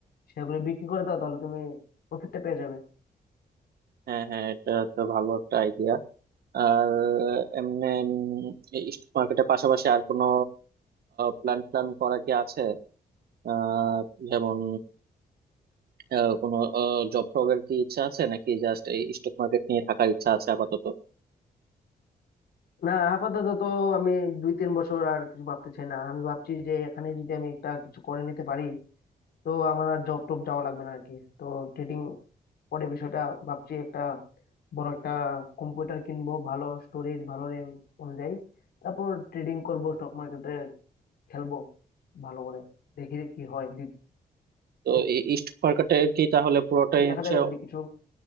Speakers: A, on the left; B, on the right.
A: শেয়ারগুলো বিক্রি করে দাও তাহলে তুমি প্রফিটটা পেয়ে যাবে
B: হ্যাঁ হ্যাঁ এটা তো ভালো একটা আইডিয়া আর এমনি স্টক মার্কেটের পাশাপাশি আর কোনো প্ল্যান প্ল্যান করা কি আছে আহ যেমন আহ, কোনো জব টবের কি ইচ্ছা আছে নাকি জাস্ট এই স্টক মার্কেট নিয়ে থাকার ইচ্ছা আছে আপাতত
A: না আপাতত তো আমি দুই তিন বছর আর কিছু ভাবতে চাই না আমি ভাবছি যে এখানে যদি আমি একটা কিছু করে নিতে পারি তো আমার আর জব টপ যাওয়া লাগবে না আর কি তো ট্রেডিং পরে বিষয়টা ভাবছি একটা বড় একটা কম্পিউটার কিনবো ভালো স্টোরেজ ভালো র্যাম অনুযায়ী তারপর ট্রেডিং করব স্টক মার্কেটে খেলবো ভালো করে দেখি কি হয় দি-
B: তো এই স্টক মার্কেটে কি তাহলে পুরোটাই
A: দেখা
B: হচ্ছে
A: যাবে যদি কিছু